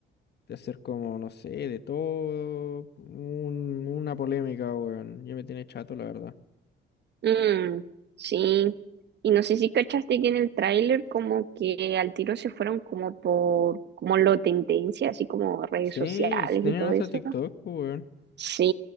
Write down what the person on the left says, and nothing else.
de hacer como, no sé, de todo un- una polémica, weón. Ya me tiene chato, la verdad.
Sí,
si tenían
hasta
TikTok, pues, weón.